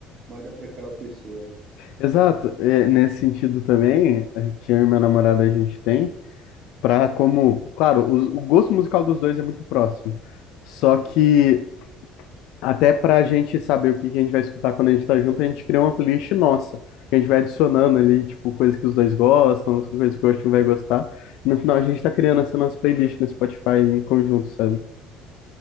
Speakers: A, on the right; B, on the left.
A: manda para aquela pessoa. né?
B: Exato, é, nesse sentido também, é, que eu e minha namorada a gente tem, pra como, claro, os- o gosto musical dos dois é muito próximo. Só que Até para a gente saber o que que a gente vai escutar quando a gente tá junto, a gente cria uma playlist nossa, que a gente vai adicionando ali, tipo, coisas que os dois gostam, coisas que o outro vai gostar. E no final a gente tá criando essa nossa playlist no Spotify em conjunto, sabe?